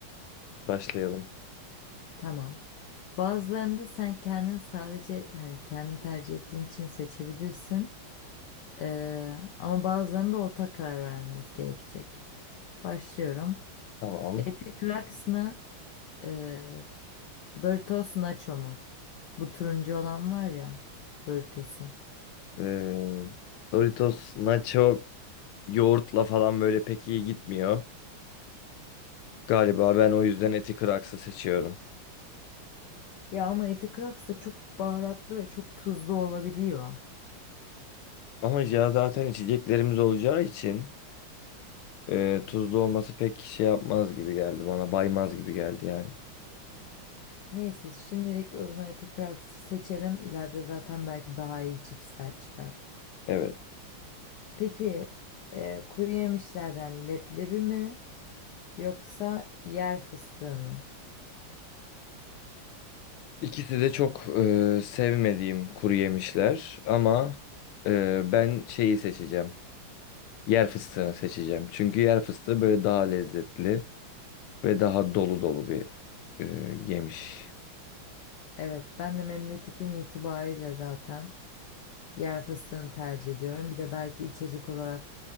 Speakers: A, on the left; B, on the left.
A: Başlayalım.
B: Tamam. Bazılarını da sen kendin sadece hani kendin tercih ettiğin için seçebilirsin. Ee, ama bazılarını da ortak karar vermemiz gerekecek. Başlıyorum.
A: Tamam.
B: Eti kıraks mı? e, Doritos Nacho mu? Bu turuncu olan var ya Doritos'un.
A: Ee, Doritos nacho yoğurtla falan böyle pek iyi gitmiyor. Galiba ben o yüzden eti kraksı seçiyorum.
B: Ya ama eti Kraks da çok baharatlı ve çok tuzlu olabiliyor.
A: Ama ya zaten içeceklerimiz olacağı için e, tuzlu olması pek şey yapmaz gibi geldi bana. Baymaz gibi geldi yani.
B: Neyse şimdilik o zaman eti Kraks'ı seçelim. İleride zaten belki daha iyi cipsler çıkar.
A: Evet.
B: Peki e, kuru yemişlerden leblebi mi yoksa yer fıstığı mı?
A: İkisi de çok e, sevmediğim kuru yemişler ama e, ben şeyi seçeceğim. Yer fıstığını seçeceğim. Çünkü yer fıstığı böyle daha lezzetli ve daha dolu dolu bir e, yemiş.
B: Evet ben de memleketim itibariyle zaten yer fıstığını tercih ediyorum. Bir de belki içecek olarak